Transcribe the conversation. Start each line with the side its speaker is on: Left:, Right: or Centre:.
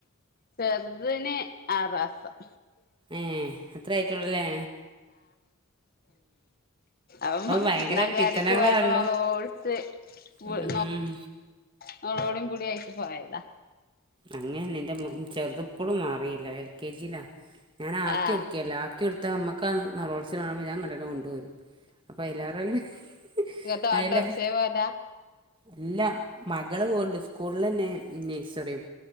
Left: ചെറുതിന് ആറാസം
Right: ഏ എത്ര ആയിറ്റള്ളല്ലേ
Left: അന്താ
Right: ഭയങ്കര
Left: കരക്ക്
Right: പിത്തനകളാണല്ലോ
Left: പോയപ്പോ നമ്മള ഓടിച്ച് പോയി
Right: ഉം
Left: തോടും കൂടിയക്കി പോയതാ
Right: അങ്ങന എൻറെ മു ചെറുതപ്പോഴും മാറിയില്ല എൽ കെ ജിയിലാ ഞാൻ ആക്കി
Left: ആ
Right: ഉറക്കിയല്ലാ ഒക്കെടുത്ത നമ്മക്ക് ആ നറോത്സിനാവുമ്പോ ഞാ കണ്ടട്ട കൊണ്ട പോരും അപ്പൊ അയലേറെ <unintelligible>
Left: ഇങ്ങട്ട് ഓട്ടോറിക്ഷേ
Right: അയല
Left: പോവലാ
Right: അല്ല മകള് പോവ്ണ്ട് സ്കൂളിലന്നെ നേഴ്‌സറിയും